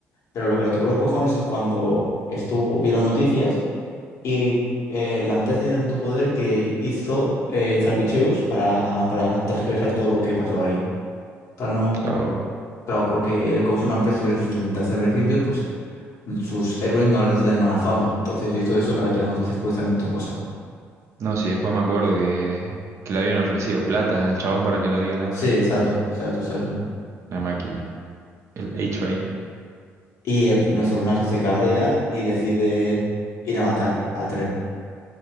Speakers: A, on the left (about 70°); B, on the right (about 55°).
A: Pero lo que le tocó los cojones es cuando estuvo, vieron noticias y eh, la empresa tenía tanto poder que hizo eh, trapicheos para, para tergiversar todo lo que pasó ahí. Para no.
B: claro.
A: Claro, porque como es una empresa y les intenta hacer beneficios, pues sus héroes no les den mala fama. Entonces hizo eso para que las noticias fuesen otra cosa.
B: No, sí, después me acuerdo que, que le habían ofrecido plata al chabón para que no diga nada.
A: Sí, exacto, exacto, exacto.
B: La máquina, el A-Train.
A: Y eh, nuestro personaje se cabrea y decide ir a matar a Tren.